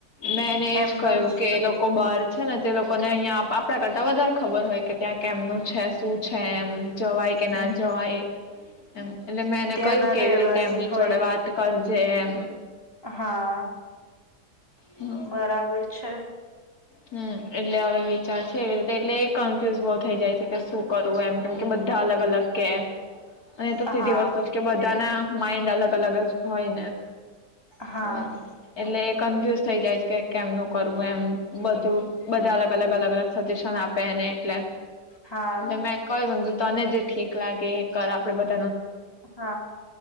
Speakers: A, on the left; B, on the left.
A: મેં એને એજ
B: એમનો
A: કહ્યું
B: જ
A: કે એ લોકો બાર
B: હા
A: છે ને તે લોક કોને અહીંયા આપણા કરતા વધારે ખબર હોય કે ત્યાં કેમનું છે શું. છે એમ. જવાય કે
B: હમ
A: ના જવાય એ. <inaudible> એટલે મેં એને
B: ત્યાંના
A: કહ્યું કેવી
B: રહેવાસી
A: રીતે એમની
B: હોય
A: જોડે વાત કરજે એમ.
B: હા
A: હમ
B: બરાબર છ છે.
A: હમ એટલે હવે વિચાર છે એવી રીતે એટલે કન્ફ્યુઝ બહુ થઇ જાય છે કે શું કરવું એમ કેમ કે બધા અલગ અલગ કે. અને તો
B: હા
A: સીધી વસ્તુ જ કે બધાના માઈન્ડ અલગ અલગ જ હોય ને.
B: હા
A: હવે એલે. કન્ફ્યુઝ થઈ જાય છે કે કેમનું કરવું એમ. બધું. બધા અલગ અલગ
B: હમ
A: અલગ અલગ સજેશન આપ પહેને. ટલે
B: હા
A: લે મેં કએ વંદુ તને જે ઠીક લાગે એ કર આપડે બ
B: હા